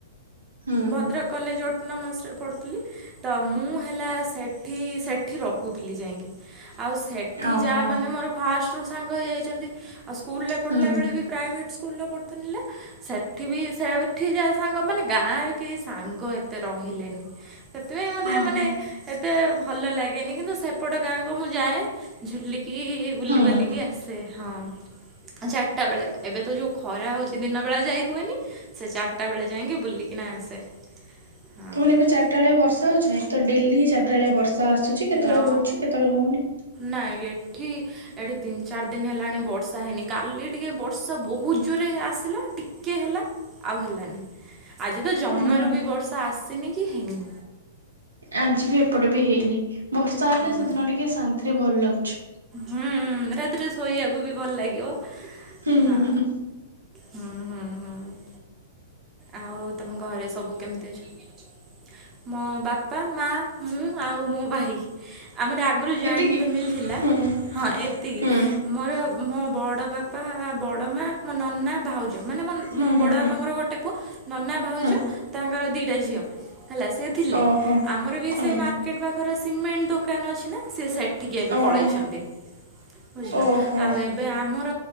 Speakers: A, on the right (about 80°); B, on the right (about 25°).
A: ହୁଁ
B: ଭଦ୍ରକ କଲେଜ ଅଟ୍ ନମୋସ ରେ ପଢୁଥିଲି ତ ମୁଁ ହେଲା ସେଠି ସେଠି ରହୁଥିଲି ଯାଇଁକି। ଆଉ ସେଠି
A: ଓହୋ
B: ଯା ମାନେ ମୋର ଫାଷ୍ଟ ସାଙ୍ଗ ହେଇଯାଇଛନ୍ତି ଆଉ ସ୍କୁଲ ରେ ପଢିଲା
A: ହୁଁ
B: ବେଳେ ବି ପ୍ରାଇଭେଟ ଫୁଲ ପଢ଼ୁଥିଲା। ସେଠି ବି ସେଠି ଯାହା ସାଙ୍ଗ ମାନେ ଗାଁରେ କେହି ସାଙ୍ଗ ଏତେ ରହିଲେନି। ସେଥିପାଇଁ ମୋତେ
A: ଓହୋ।
B: ମାନେ ଏ ଏତେ ଭଲ ଲାଗେନି କିନ୍ତୁ ସେପଟ ଗାଁକୁ ମୁଁ ଯାଏ ଝୁଲିକି କି ବୁଲି
A: ହୁଁ।
B: ବାଲିିକି ଆସେ ହଁ। ଆ ଚାର ଟା ବେଳେ ଏବେ ତ ଯୋଉ ଖରା ହଉଛି ଦିନବେଳା ଯାଇ ହୁଏନି। ସେ ଚାରିଟା ବେଳେ ଯାଇକି ବୁଲିକି ନା ଆସେ। ହଁ
A: ତମେ ଏବେ ଚାରିଟା ବେଳିଆ ବର୍ଷା ହଉଛି ନା ତ ଡେଲି ଚାର୍ କେତେବେଳେ ବର୍ଷା ଆସୁଛି କେତେବେଳେ
B: ନା
A: ହଉଛି କେତେବେଳେ ହଉନି
B: ନାଇଁ ଏଠି ଏଠି ତିନି ଚାରି ଦିନ ହେଲାଣି ବର୍ଷା ହେଇନି କାଲି ଟିକେ ବର୍ଷା ବହୁତ ଜୋରେ ଆସିଲା ଟିକେ ହେଲା ଆଉ ହେଲାନି ଆଜି ତ ଜମାରୁ
A: ହୁଁ
B: ବି ବର୍ଷା ଆସିନି କି ହେଇନି।
A: ଆଜି ବି ଏପଟେ ବି ହେଇନି। ବର୍ଷା ହେଲେ
B: ହୁଁ
A: ସେଦିନ ଟିକେ ଶାନ୍ତି ଏଥିରେ ଭଲ ଲାଗୁଛି।
B: ହୁଁ ରାତିରେ ଶୋଇବାକୁ ବି ଭଲ ଲାଗିବ।
A: ହୁଁ
B: ହଁ
A: ହୁଁ।
B: ହୁଁ ହୁଁ ହୁଁ ଆଉ ତମ ଘରେ ସବୁ କେମିତି ଅଛନ୍ ମୋ ବାପା, ମା, ମୁଁ ଆଉ ମୋ ଭାଇ। ଆମର ଆଗରୁ ଜଏଣ୍ଟ
A: ଏତିକି
B: ଫ୍ୟାମିଲି ଥିଲା।
A: ହୁଁ
B: ହଁ ଏତିକି
A: ହୁଁ
B: ମୋର ମୋ ବଡ଼ ବାପା ବଡ଼ ମା ମୋ ନନା ଭାଉଜ ମାନେ ମୋ ନ ମୋ
A: ହୁଁ ହୁଁ
B: ବଡ
A: ହୁଁ।
B: ବାପାଙ୍କର ଗୋଟେ ନନା ଭାଉଜ
A: ହୁଁ
B: ତାଙ୍କର ଦିଇଟା ଝିଅ ହେଲା ସିଏ ଥିଲେ
A: ଓହୋ
B: ଆମର ବି
A: ହୁଁ
B: ସେ ମାର୍କେଟ ପାଖରେ ସିମେଣ୍ଟ ଦୋକାନ ଦୋକାନ ଅଛି ନା ସେ ସେଟ ଟଠିକେ ଏବେ
A: ଓହୋ
B: ପଳେଇଛନ୍ତି ବୁଝିଲ
A: ଓହୋ
B: ଆଉ ଏବେ ଆମର